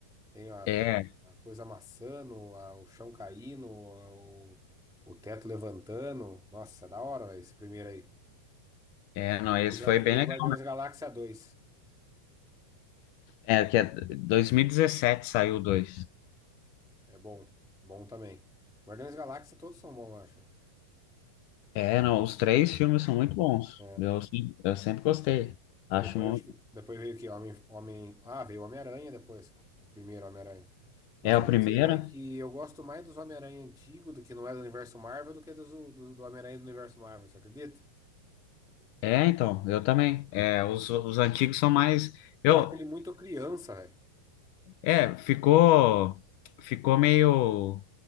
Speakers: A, in the centre; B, on the left.
A: Tem a,
B: É,
A: a coisa amassando, a- o chão caindo, a- o, o teto levantando. Nossa, é da hora, velho, esse primeiro aí.
B: é, não, esse
A: Mas
B: foi
A: acho
B: bem
A: que nem
B: legal.
A: Guardiões da Galáxia dois
B: É, que é 2017 saiu o dois.
A: É bom. Bom também. Guardiões da Galáxia todos são bons, eu acho.
B: É, não, os três filmes são muito bons.
A: É.
B: Eu, se- eu sempre gostei.
A: Aí
B: Acho
A: depois
B: muito.
A: acho que. Depois veio o quê? Homem, Homem... Ah, veio o Homem-Aranha depois, cara. O primeiro Homem-Aranha. Mas
B: É
A: eu falo
B: o primeiro.
A: pra você, velho, que eu gosto mais dos Homem-Aranha antigos, do que não é do universo Marvel, do que dos, do, do Homem-Aranha do universo Marvel, você acredita?
B: É, então, eu também. É, os, os antigos são mais. Eu,
A: Eu acho ele muito criança, velho.
B: é, ficou, ficou meio